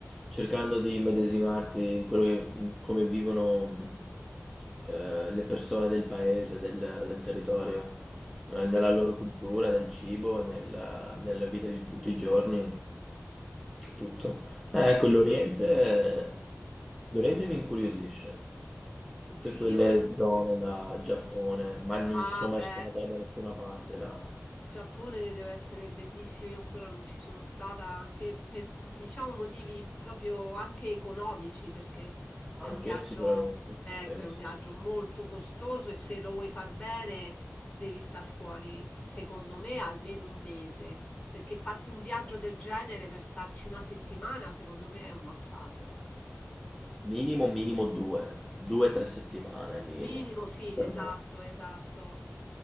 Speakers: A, in the centre; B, on the left (about 25°).
A: Cercando di immedesimarti in quello che, in come vivono mh, eh, le persone del paese, del, del territorio, no?
B: Sì,
A: nella loro cultura, nel cibo, nella, nella vita di tutti i giorni, tutto. Eh, ecco, l'Oriente, l'Oriente mi incuriosisce. Tutte
B: sì,
A: quelle
B: io...
A: zone da Giappone, ma non
B: Ah,
A: ci sono mai
B: beh.
A: stato da nessuna parte là.
B: Giappone deve essere bellissimo, io ancora non ci sono stata anche per diciamo motivi proprio anche economici, perché è
A: Anche
B: un viaggio,
A: sicuramente,
B: ecco,
A: sì,
B: è un
A: sì.
B: viaggio molto costoso e se lo vuoi far bene devi star fuori, secondo me, almeno un mese, perché farti un viaggio del genere per starci una settimana, secondo me è un massacro.
A: Minimo, minimo due, due, tre settimane minimo.
B: Minimo, sì,
A: Per
B: esatto,
A: me.
B: esatto.